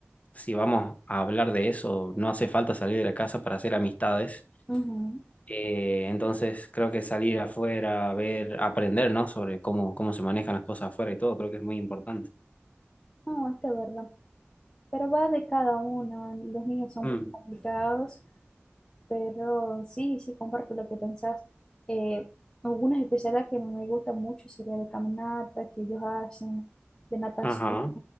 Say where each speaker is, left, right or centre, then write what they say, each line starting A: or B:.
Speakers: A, on the left (about 35°); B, on the left (about 20°).
A: si vamos a hablar de eso, no hace falta salir de la casa para hacer amistades.
B: Ujú.
A: Eh, entonces, creo que salir afuera, ver, aprender, ¿no? Sobre cómo, cómo se manejan las cosas afuera y todo, creo que es muy importante.
B: No, esta es verdad. Pero va de cada uno. Los niños son
A: Mm,
B: un poco complicados, pero sí, sí, comparto lo que pensás. Eh, algunas especialidades que me gustan mucho sería de caminata, que ellos hacen, de natación.
A: Ajá,